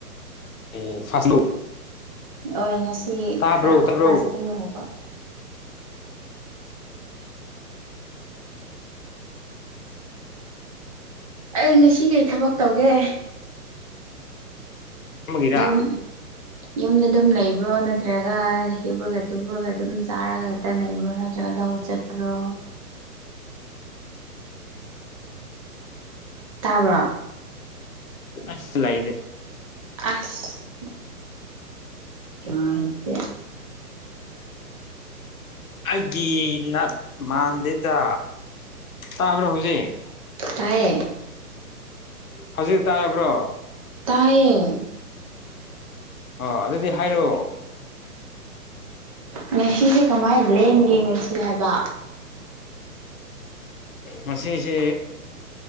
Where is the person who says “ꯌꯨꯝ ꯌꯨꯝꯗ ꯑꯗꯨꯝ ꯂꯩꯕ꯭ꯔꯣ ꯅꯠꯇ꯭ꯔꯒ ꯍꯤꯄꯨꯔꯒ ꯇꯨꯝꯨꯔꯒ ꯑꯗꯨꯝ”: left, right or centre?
Right